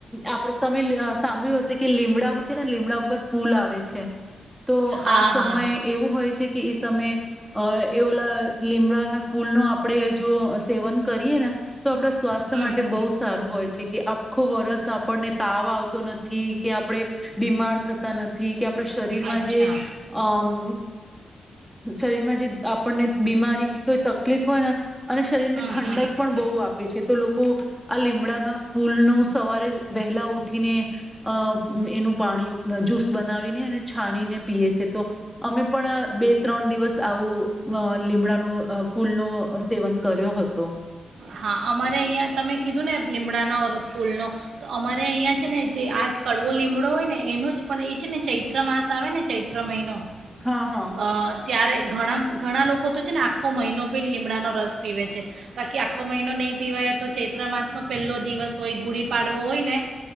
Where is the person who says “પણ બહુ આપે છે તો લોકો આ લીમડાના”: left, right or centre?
Centre